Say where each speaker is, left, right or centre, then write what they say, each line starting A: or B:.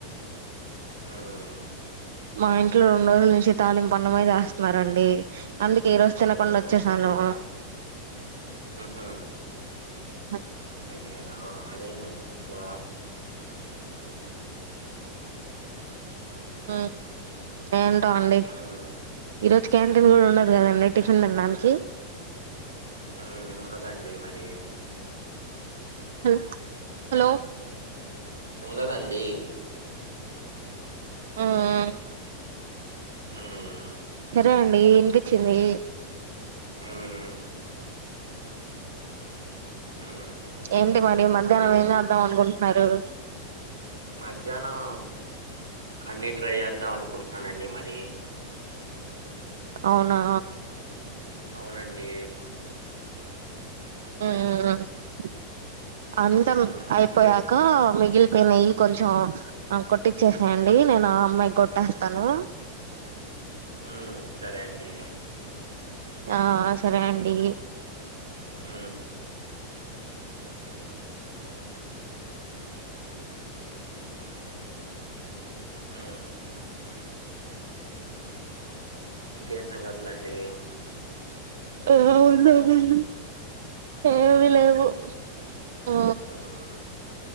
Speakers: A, on the right (about 85°); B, on the right (about 60°).
A: <unintelligible>
B: మా ఇంట్లో రెండు రోజుల నుంచి తాళింపన్నమే చేస్తున్నారండి. అందుకే ఈ రోజు తినకుండా
A: అదేనండి
B: వచ్చేసాను.
A: అసలా ఊహూ
B: అస్
A: అయ్యో అదేందండి. అసలు
B: <unintelligible> ఏంటో అండి.
A: మ్మ్
B: ఈరోజు క్యాంటీన్
A: మ్మ్
B: కూడా ఉండట్లేదండి టిఫిన్ తిం మంకీ
A: హ్మ్ ఉండదండీ మరి
B: హలో హలో
A: ఉండదండి.
B: మ్మ్
A: హ్మ్
B: సరే అండి వినిపించింది.
A: ఉమ్ మ్మ్ ఇంకేం
B: ఎంటి
A: సంగతులండి
B: మరి మధ్యాహ్నం ఏం చేద్దాం. అనుకుంటున్నా న్నారుర్ <unintelligible>
A: మధ్యాహ్నం అన్ని ట్రై చేద్దాం అనుకుంటున్నానండి. మరి
B: అవునా
A: అవునండి.
B: ఉమ్ <unintelligible> అందం
A: హ్మ్
B: అయిపోయాక
A: మీరు
B: మీ మిగిల్ పోయినవి కొంచెం కొట్టిచ్చేసేయండి.
A: హ్మ్
B: నేను ఆ అమ్మాయి కొట్ కొట్టేస్తాను.
A: ఉమ్ సరే అండి.
B: ఆ అ సరే అండి
A: ఆ ఆ ఇంకేం సంగతుల అండి
B: ఏం ఉనయండి ఏమి
A: హ్మ్
B: లేవు ఆ
A: హ్మ్